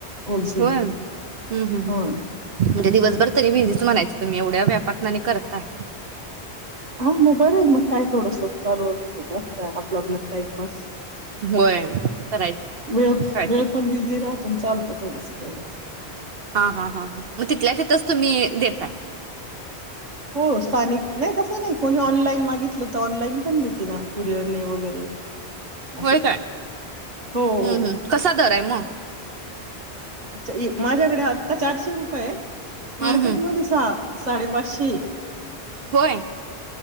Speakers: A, on the right (about 40°); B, on the right (about 65°).
A: होलसेल
B: होय हुं हुं
A: ह
B: म्हणजे, दिवसभर
A: ह
B: तरी बिझीच म्हणायचं. तुम्ही एवढ्या व्यापातन आणि करताय
A: अहो मग बरंय मग काय थोडसं चालु असतं जास्त अ प्रॉब्लम टाईमपास
B: होय करायचं
A: वेळ,
B: काय
A: वेळ
B: तर
A: पण, बिझी रा तुमच आणतो थोडसं तेवडच
B: हाहा हा मग, तिथल्या तिथच तुम्ही देताय.
A: हो स्थानिक नाही तसं नाही कोणी ऑनलाईन मागीतलं तर ऑनलाईन पण देते ना कुरीयर ने वगैरे असं
B: व्हय काय,
A: हो
B: हं
A: हो
B: हं कसा दर आहे म?
A: स येऊ माझ्याकडे आत्ता चारशे रूपये ए मार्केट
B: हं हं
A: मध्ये सहा साडेपाचशे ए
B: होय